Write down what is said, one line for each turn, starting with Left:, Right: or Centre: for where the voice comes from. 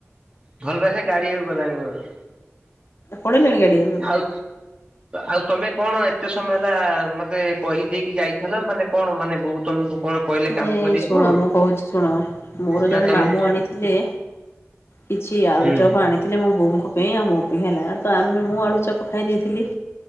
Right: ଭଲ ପାଇବା ଗାଡିଆକୁ ଗଲାଣି ମୋର।
Left: ପାଲେଇଲାନି ଗାଡିଆ କୁ ସବୁ।
Right: ଆଉ। ଆଉ ତମେ କଣ ଏତେ ସମୟ ହେଲା ମତେ କହିଦେଇକି ଯାଇଥିଲ ମାନେ କଣ ମାନେ ବୋଉ ତମକୁ କଣ କହିଲେ
Left: ମାନେ
Right: କାମ କରିବାକୁ
Left: ଶୁଣ ମୁଁ କହୁଛି ଶୁଣ ମୋର
Right: ନା
Left: ଜଣେ
Right: ତମେ
Left: ମାମୁଁ ଆଣିଥିଲେ କିଛି ଆଳୁଚବ
Right: ହୁଁ
Left: ଆଣିି ଥିଲେ ମୋ ବୋଉଙ୍କ ପାଇଁ ଆଉ ମୋ ପାଇଁ ହେଲା ତ ଆମେ ମୁଁ ଆଳୁ ଚାପ ଖାଇ ଦେଇଥିଲି।